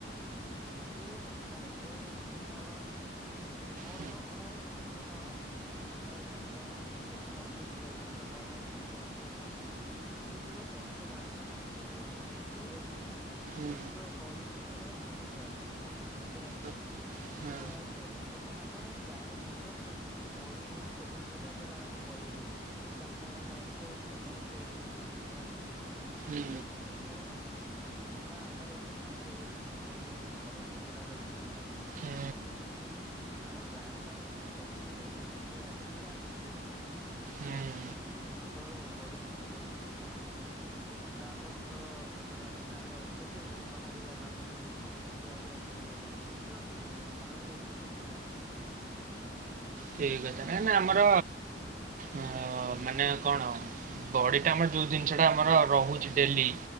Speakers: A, in the centre; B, on the right (about 45°).
A: ସିଏ ନାଇଁ ମେନ୍ ଜିନିଷ କଣ। ମୋର
B: ହୁଁ
A: କଣ ମୋର <unintelligible> ପ୍ରାୟ ଜମାନେ କୁହନ୍ତି ମାନେ ମତେ ବି ପ୍ରାୟ ଲୋକମାନେ ଏବେ ବି କୁହନ୍ତି ହେଲା କିନ୍ତୁ ତ ସବୁ ତ ଜାଣିଛ ସବୁ ତ କରୁଛ ଜିମ୍ ବି ଯାଉଛୁ
B: ହୁଁ
A: ପ୍ଲସ ତୋ ବଡି ହେଇଥିଲା ପୁଣି କୁଆଡେ ଗଲା ହେଲା ଏବେ କଁ
B: ହୁଁ
A: ନାଇଁ
B: ହଁ
A: ମୁଁ କହିବା ହିସାବରେ ହଁ ଆମେମାନେ ଜାଣିଚୁ ପ୍ଲସ ଦେଖ ଆମେ ବଡି ଉପରେ ଯଦି ଫୋକସ କରିଥାନ୍ତେ ତାହେଲେ ମାନେ ଏବେ ବଡି ଚାମ୍ପିଅନ ମାନେ ମାନେ ଷ୍ଟେଜ ବୁ ମାନେ ଷ୍ଟେଜରେ ଯାଇ ଖେଳିବା ଖେଳିବାକୁ ଏବେ ହେଲା
B: ହୁଁ ହୁଁ
A: ବଟ ସେଠି କଣ ଜିନଷଟା ଆମର ଏପଟେ କାମରେ ହେଇଯାଇଚି ଫ୍ୟାମିଲି ମାନେ ଘର ବି ସମ୍ଭାଳିବାର ଅଛି।
B: ହୁଁ
A: ହୁଁ। ଆମେ ଜାଣିଚୁ ଆମେ ଠିକ ଟପନିକ ଏ ଟେକନିକଟା ଜାନଚୁ ବୋଲି ଆମେ ଶିଖଉଥିଲୁ।
B: ହୁଁ
A: ଉଁ ସେତେବେଳେ ବ ବଡିଥିଲା ସେତେବେଳେ ଠିକ ଠାକ। ହେ କି ତାପରେ ତ ଏପଟେ ଅନେକ କାମ ବ୍ୟବସ୍ଥା <unintelligible> ବାହାରୁକୁ ବାହାଲାନା ସବୁ ଖିଆ ପିଆ ଏ ଠିକ ରହିବନି କିଛି ତ ଠିକ ରହିବନି ପାଣି ପିଆ ପି କିଛି ନାଇ।
B: ଠିକ କଥା ନାଇଁ ନା ଆମର ଅ ମାନେ କଣ ବଡିଟା ଆମର ଯୋଉ ଦିନଷ ଟା ଆମର ରହୁଛି ଡେଲି